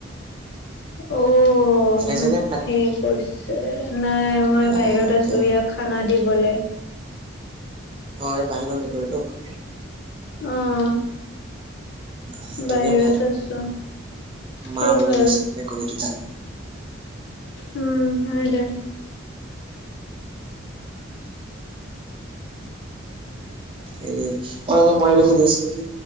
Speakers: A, on the left; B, on the right.
A: ঔ
B: চাইছেনে?
A: সে কৰিছে নাই মই
B: অ'
A: বাহিৰত
B: এতিয়া
A: আছো।
B: আহে।
A: ইয়াক খানা দিবলৈ।
B: অ', এই বাহিৰৰ মেকুৰীটোক।
A: অ',
B: আহ, তোৰে
A: বাহিৰত
B: ভাল
A: আছো।
B: মা
A: কি
B: বনি
A: হ'ল।
B: গৈছে মেকুৰী দুটা।
A: উম', হয়। দে
B: এনে অ মই এইটো সুধি আছিলোঁ। কি